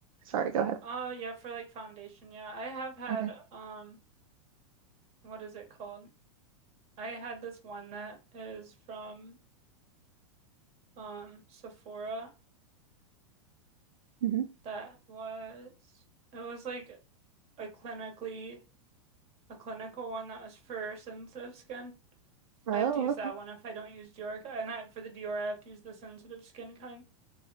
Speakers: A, on the right; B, on the right.
A: Sorry, go ahead.
B: Uh, yeah, for like foundation. Yeah, I have had
A: Okay.
B: um, what is it called? I had this one that is from um Sephora
A: hmm
B: that was. It was like a clinically a clinical one that was for sensitive skin.
A: Oh,
B: I have to use
A: okay.
B: that one if I don't use Dior, and I, for the Dior I have to use the sensitive skin kind